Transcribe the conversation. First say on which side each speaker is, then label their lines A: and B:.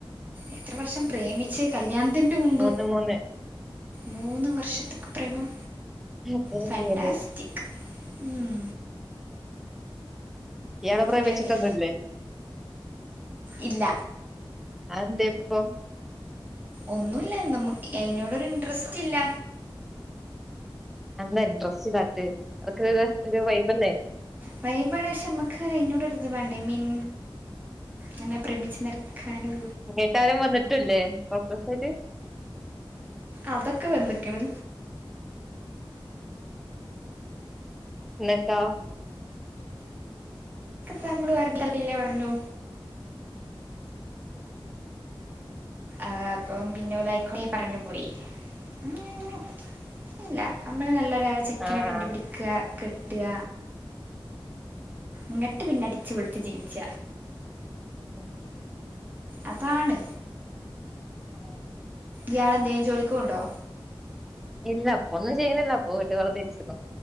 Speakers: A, on the right; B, in the centre.
A: എത്ര വർഷം പ്രേമിച്ച് കല്യാണത്തിന്റെ മുമ്പ്
B: മൂന്ന് മൂന്ന്
A: മൂന്ന് വർഷത്തക്ക് പ്രേമം
B: അതെ
A: ഫൻറാസ്റ്റിക്
B: അതെ അതെ
A: ഉം
B: ഇയാള്
A: ഇപ്പം
B: പ്രേമിച്ചിട്ടൊന്നുല്ലേ
A: ഗൾഫ് ഇല്ല
B: ആന്തെ ഇപ്പൊ
A: ഒന്നൂല്ല നമ്മക്ക് അയിനോടൊരു ഇൻറ്രസ്റ്റില്ല
B: എന്താ ഇൻട്രസ്റ്റ് ഇല്ലാറ്റെ അതൊക്ക രസ വൈബല്ലേ
A: വൈബാണ് പക്ഷെ നമ്മക്ക് അയിനോടൊരിത് വേണ്ടേ മിൻ അങ്ങനെ പ്രമിച്ചു നിർക്കാനൊരു
B: ഇങ്ങോട്ടാരും വന്നിട്ടുല്ലേ പ്പ്രൊപൊസായിട്ട്
A: അതൊക്കെ വന്നിക്കിണ്
B: എന്നട്ടോ
A: പ്പ മ്മള് പറഞ്ഞു ല്ല പറഞ്ഞു ആ അപ്പം പിന്നെലായിക്കുണെ പറഞ്ഞു പോയി ഉം ഇല്ല അമ്മള്നല്ലൊരു ചെക്കനെ
B: ആഹ്
A: കണ്ടുപിടിക്ക ക്ക കെട്ടുക ഇങ്ങട്ട് പിന്നെ അടിച്ചുപൊളിച്ച് ജീവിച്ച
B: അഹ
A: അതാണ്
B: ആ
A: ഇയാളെന്തേലും ജോലിക്കോന്നുണ്ടോ
B: ഇല്ല ഇപ്പൊന്നും ചെയ്യുണില്ല അപ്പൊ വീട്ടിലിരിക്കാസുഖം